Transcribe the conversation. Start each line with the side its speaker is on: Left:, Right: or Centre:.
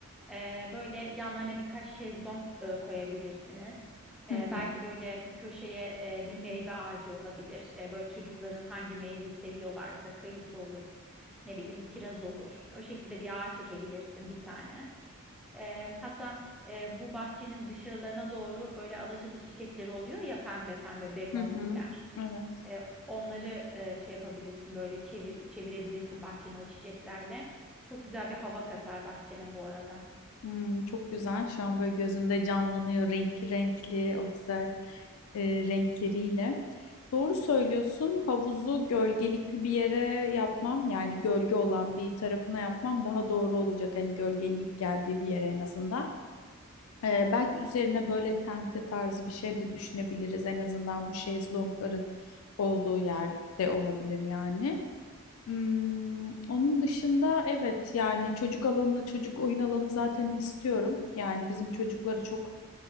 Centre: E, böyle yanlarına birkaç şezlong e, koyabilirsiniz.
Left: Hı
Centre: E,
Left: hı
Centre: belki böyle köşeye e, bir meyve ağacı olabilir. E, böyle çocukların hangi meyveyi seviyorlarsa kayısı olur, ne bileyim kiraz olur. O şekilde bir ağaç çekebilirsin bir tane. E, hatta e, bu bahçenin dışarılarına doğru böyle alaçatı çiçekleri oluyor ya pembe pembe begonviller.
Left: hı hı. Evet.
Centre: E, onları e, şey yapabilirsin böyle çevir- çevirebilirsin bahçene o çiçeklerle. Çok güzel bir hava katar bahçene bu arada.
Left: Hmm, çok güzel. Şu an böyle gözümde canlanıyor renkli renkli o güzel e, renkleriyle. Doğru söylüyorsun. Havuzu gölgelikli bir yere yapmam yani gölge olan bir tarafına yapmam daha doğru olacak. Hani gölgenin ilk geldiği bir yere en azından. Ee, belki üzerine böyle tente tarzı bir şey de düşünebiliriz. En azından bu şezlongların olduğu yerde olabilir yani. Hmm, onun dışında evet yani çocuk alanı, çocuk oyun alanı zaten istiyorum. Yani bizim çocukları çok